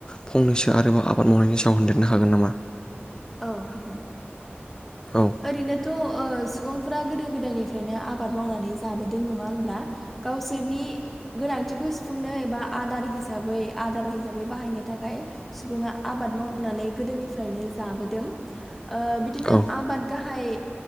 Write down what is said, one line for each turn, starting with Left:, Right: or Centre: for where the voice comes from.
Left: फंनैसो आरोबाव आबाद मावनायनि सायाव होनदेरनो हागोन नामा।
Centre: औ हागोन।
Left: औ।
Centre: ओरैनोथ' ओ सुबुंफोरा गोदो गोदायनिफ्रायनो आबाद मावनानै जाबोदों नङा होमब्ला गावसोरनि गोनांथिखौ सुफुंनो एबा आदार हिसाबै आदार हिसाबै बाहायनो थाखाय सुबुङा आबाद मावनानै गोदोनिफ्रायनो जाबोदों ओ बिदिनो
Left: औ
Centre: आबाद गाहाइ